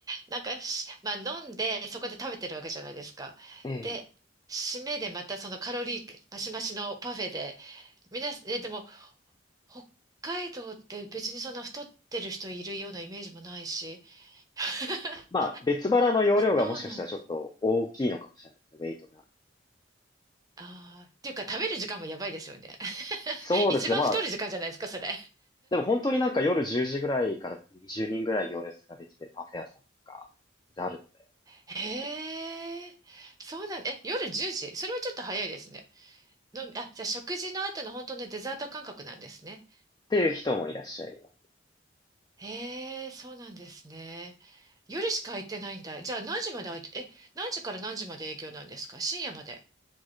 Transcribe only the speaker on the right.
なんかし、まあ飲んで、そこで食べてるわけじゃないですか。
で、締めでまたそのカロリーマシマシのパフェで、皆さん、え、でも、北海道って別にそんな太ってる人いるようなイメージもないし、<laughs>
そうなんです。
ああ、っていうか食べる時間もやばいですよね。
<laughs> 一番太る時間じゃないですか、
それ。
へえ、そうなん、え、夜10時それはちょっと早いですね。のみ、あ、じゃあ食事の後の本当のデザート感覚なんですね。
へえ、そうなんですね。夜しか空いてないんだ。じゃあ何時まで空いて、え、何時から何時まで営業なんですか深夜まで。